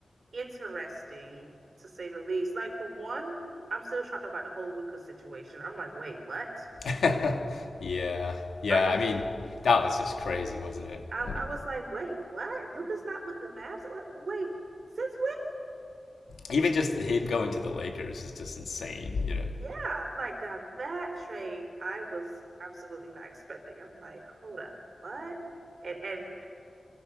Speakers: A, on the right; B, on the left.
A: interesting to say the least. Like for one, I'm still shocked about the whole Lucas situation. I'm like, wait, what?
B: <laughs> yeah. Yeah.
A: I am.
B: I mean, that was just crazy, wasn't it?
A: I,
B: Like,
A: I was like, wait, what? Luca's not with the Mavs. Like, wait, since
B: even just him going to the Lakers is just insane, you know.
A: when? Yeah, like now that trade, I was absolutely not expecting. I'm like, hold up, what? And and